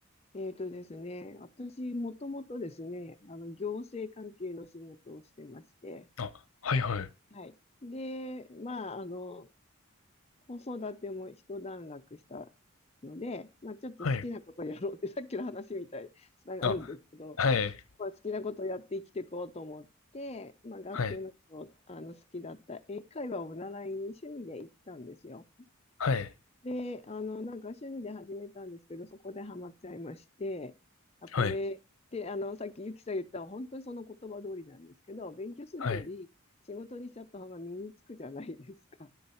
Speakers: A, on the left; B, on the left.
A: えっとですね。私、もともとですね、あの、行政関係の仕事をしてまして、
B: あ、はいはい。
A: はい。で、まあ、あの、子育ても一段落したので、まあ、ちょっと好きなことやろうって、
B: はい。
A: <laughs> さっきの話みたいにつながるんですけど、
B: あ、はい。
A: まあ、好きなことやって生きていこうと思って、まあ、学生の頃、
B: はい。
A: あの好きだった英会話を習いに趣味で行ったんですよ。
B: はい。
A: で、あの、なんか趣味で始めたんですけど、そこでハマっちゃいまして、あ、これって、
B: はい。
A: あの、さっきゆきさん言った本当にその言葉通りなんですけど、勉強するより仕事にしちゃった方が身につくじゃないですか。
B: はい。